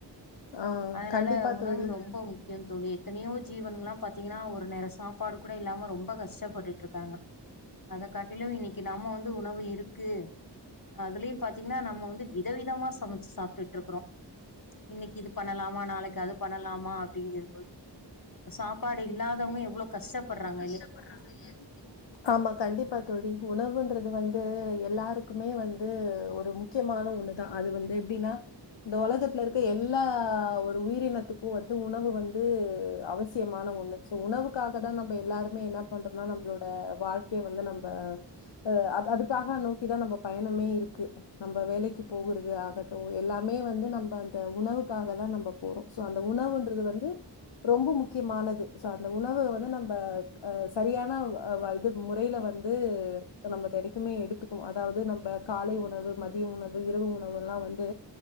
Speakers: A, on the left (about 80°); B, on the left (about 50°).
A: ஆ
B: அதனால
A: கண்டிப்பா
B: உணவு
A: தோழி
B: ரொம் ப முக்கியோ தோழி எத்தனையோ ஜீவன்ல்லா பாத்திங்கன்னா ஒரு நேரோ சாப்பாடு கூட இல்லாம ரொம்ப கஷ்டப்பட்டுட்டுருக்காங்க அத காட்டிலு இன்னிக்கி நம்ம வந்து உணவு இருக்கு அதுலயு பாத்திங்கன்னா நம்ம வந்து வித விதமா சமைச்சு சாப்ட்டுட்ருக்கறோ இன்னிக்கி இது பண்ணலாமா நாளைக்கு அது பண்ணலாமா அப்டிங்கறபோது இப்ப சாப்பாடு இல்லாதவங்க எவ்ளோ கஷ்ட்டப்படுறாங்க
A: கஷ்டப்படுறாங்க இல்லயா தோழி ஆமா கண்டிப்பா தோழி உணவுன்றது வந்து எல்லாருக்குமே வந்து ஒரு மு க்கியமான ஒண்ணுதா அது வந்து எப்டின்னா இந்த ஒலகத்துல இருக்க எல்லா ஒரு உயிரினத்துக்கு வந்து உணவு வந்து அவசியமான ஒண்ணு சோ உணவுக்காக தா நம்ம எல்லாருமே என்ன பண்றோன்னா நம்பளோட வாழ்க்கைய வந்து நம்ப அ அது அதுக்காக நோக்கிதா நம்ப பயணமே இருக்கு நம்ப வேலைக்கு போகுறது ஆக ட்டுஎல்லாமே வந்து நம்ப அந்த உணவுக்காக தா நம்ப போறோ சோ அந்த உணவுன்றது வந்து ரொம்ப முக்கியமானது சோ அந்த உணவு வந்து நம்ப க சரியான வ வ இது முறையில வந்து நம்ம தெடைக்குமே எடுத் <unintelligible> அதாவ்து நம்ப காலை உணவு மதிய உணவு இரவு உணவு எல்லா வந்து